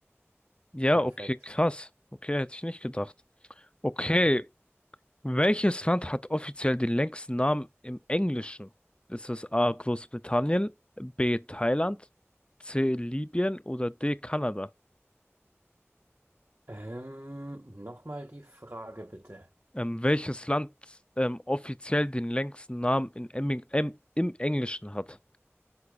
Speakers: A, on the left; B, on the right.
A: Ja,
B: Perfekt.
A: okay, krass. Okay, hätte ich nicht gedacht. Okay,
B: Mhm.
A: welches Land hat offiziell den längsten Namen im Englischen? Ist es A, Großbritannien, B, Thailand, C, Libyen oder D, Kanada?
B: Ähm, nochmal die Frage bitte.
A: Ähm, welches Land ähm, offiziell den längsten Namen in Emming- em, im Englischen hat?